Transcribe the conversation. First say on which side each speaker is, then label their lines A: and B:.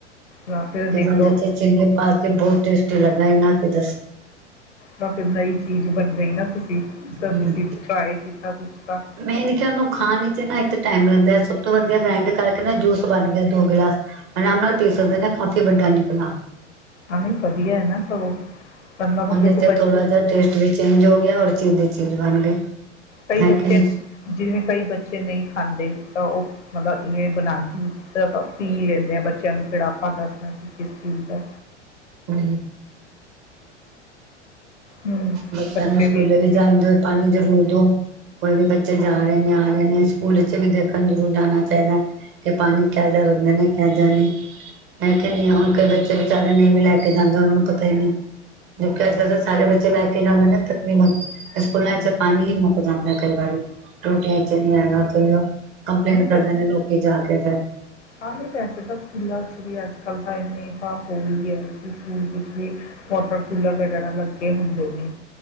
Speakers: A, on the left; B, on the right.
A: ਹਾਂ, ਫਿਰ ਦੇਖ
B: ਦੇ-ਚਾਰ
A: ਲਓ
B: ਚਿੰਗੇ ਪਾ ਕੇ ਬਹੁਤ ਟੇਸਟੀ ਲੱਗਾ! ਇੰਨਾ ਕਿ ਬਸ!
A: ਤਾਂ ਫਿਰ ਨਈ ਚੀਜ਼ ਬਣ ਗਈ। ਨਾ ਤੁ
B: ਹੂੰ
A: ਤਾਂ ਤੁਸੀਂ ਟਰਾਏ ਕੀਤਾ ਕੁਛ ਤਾਂ?
B: ਮੇਨ ਕਿ ਉਹਨੂੰ ਖਾਣ ਵਿੱਚ ਨਾ ਇੱਕ ਟਾਈਮ ਲੱਗਦਾ ਸਭ ਤੋਂ ਵਧੀਆ ਗਰਿੰਡ ਕਰਕੇ ਨਾ ਜੂਸ ਬਣ ਗਿਆ ਦੋ ਗਿਲਾਸ ਆਰਾਮ ਨਾਲ ਪੀ ਸਕਦੇ ਨੇ ਕਾਫੀ ਵੱਡਾ ਨਿਕਲਾ!
A: ਅ ਵਦੀਆਂ ਹੈ, ਨਾ ਸਗੋਂ ਵਰਨਾ ਬੰਦੇ
B: ਉਹਦੇ
A: ਕੋ
B: ਚ
A: ਬੱਚ
B: ਥੋੜਾ ਜਿ ਟੇਸਟ ਵੀ ਚੇਂਜ ਹੋ ਹੋਰ ਚੀਜ਼ ਦੀ ਚੀਜ਼ ਬਣ ਗਈ!
A: ਕਈ
B: ਹੈ
A: ਬੱਚੇ
B: ਕਿ ਨਹੀਂ
A: ਜਿਵੇਂ ਕਈ ਬੱਚੇ ਬੱਚੇ ਨਹੀਂ ਖਾਂਦੇ ਤਾਂ, ਉਹ ਮਤਲਬ ਇਹ ਬਣਾ ਜੂਸ ਪੀ ਲੈਂਦੇ ਆ। ਬੱਚਿਆਂ ਨੂੰ ਫਿਰ ਆਪਾਂ ਦੱਸਦਾ ਕਿ ਕਿਸ ਚੀਜ਼ ਦਾ
B: <unintelligible>
A: ਹੂੰ
B: ਬੱਚਿਆਂ
A: ਬੱਚੇ
B: ਨੂੰ ਸਕੂਲੇ
A: ਇਸੀ
B: ਵੀ ਜਾਂਦੇ ਹੋਏ ਪਾਣੀ ਜ਼ਰੂਰ ਦੋ। ਕੋਈ ਵੀ ਬੱਚੇ ਜਾ ਰਹੇ ਨੇ ਆ ਰਹੇ ਨੇ ਸਕੂਲ ਚ ਵੀ ਦੇਖਣ ਜ਼ਰੂਰ ਜਾਣਾ ਚਾਹੀਦਾ ਕਿ ਪਾਣੀ ਕਿਹੋ ਜਿਹਾ ਰੱਖਦੇ ਨੇ ਕਿਹੋ ਜਾ ਨਹੀਂ ਮੈਂ ਕਹਿਣੀ ਆ ਹੁਣ ਕਈ ਬੱਚੇ ਵਿਚਾਰੇ ਨਹੀਂ ਵੀ ਲੈ ਕੇ ਸਕੂਲਾਂ ਨੂੰ ਪਤਾ ਹੀ ਨਹੀ ਕੇ ਜਾਂਦੇ ਉਹ ਨਾਂ ਜਕਿ ਅੱਜ ਕੱਲ ਤਾਂ ਸਾਰੇ ਬੱਚੇ ਲੈ ਕੇ ਜਾਂਦੇ ਨੇ ਤਕਨੀਬਨ ਸਕੂਲਾਂ ਚ ਪਾਣੀ ਹੀ ਮੁੱਕ ਜਾਂਦਾ ਕਈ ਵਾਰੀ ਟੂਟੀਆਂ ਚ ਨੀ ਹੈਗਾ ਉਹ ਕੰਪਲੇਟ
A: ਨਹੀਂ
B: ਕਰਦੇ ਨੇ ਲੋਕੀ ਜਾ ਕੇ ਫਿਰ
A: ਆ, ਨਹੀਂ। ਵੈਸੇ ਤਾਂ ਸਕੂਲਾਂ ਚ ਵੀ ਅੱਜ ਕੱਲ੍ਹ ਤਾਂ ਇੰਨੇ ਤਾ ਹੋ ਹੀ ਹੈ। ਕਿ ਸਕੂਲ ਵਿੱਚ ਵੀ ਵਾਟਰ ਕੂਲਰ ਵਗੈਰਾ ਲੱਗੇ ਹੁੰਦੇ ਨੇ।